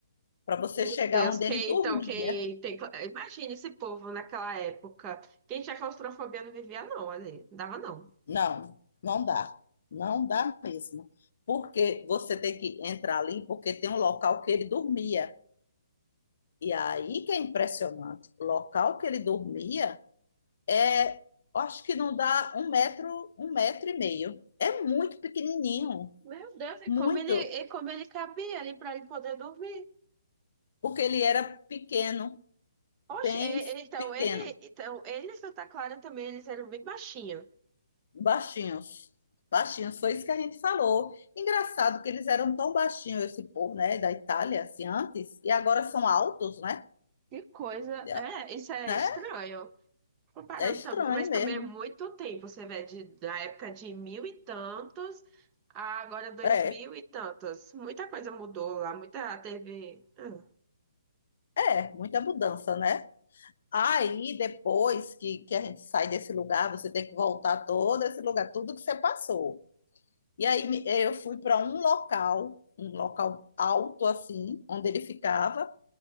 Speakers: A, on the left (about 50°); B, on the right (about 20°).
A: Para você
B: Meu
A: chegar
B: Deus,
A: onde
B: quem
A: ele dormia.
B: então, quem tem. imagine esse povo naquela época. Quem tinha claustrofobia não vivia, não, ali. Não dava, não.
A: Não, não dá. Não dá mesmo. Porque você tem que entrar ali, porque tem um local que ele dormia. E aí que é impressionante. O local que ele dormia É, acho que não dá um metro, um metro e meio. É muito pequenininho,
B: Meu Deus, e
A: muito,
B: como ele, e como ele cabia ali para ele poder dormir?
A: porque ele era pequeno,
B: Oxe,
A: bem
B: é- é- então
A: pequeno,
B: ele, então ele e Santa Clara também, eles eram bem baixinhos.
A: baixinhos, baixinhos. Foi isso que a gente falou. Engraçado que eles eram tão baixinhos, esse povo, né, da Itália, assim, antes, e agora são altos, né?
B: Que coisa,
A: É,
B: é, isso é
A: né?
B: estranho. Comparando
A: É estranho
B: também, mas também
A: mesmo.
B: é muito tempo, você vê, de, da época de mil e tantos a agora dois
A: É,
B: mil e tantos. Muita coisa mudou lá, muita teve. hum,
A: é, muita mudança, né? Aí, depois que, que a gente sai desse lugar, você tem que voltar todo esse lugar, tudo que você passou. E aí eh, eu fui para um local, um local alto assim, onde ele ficava,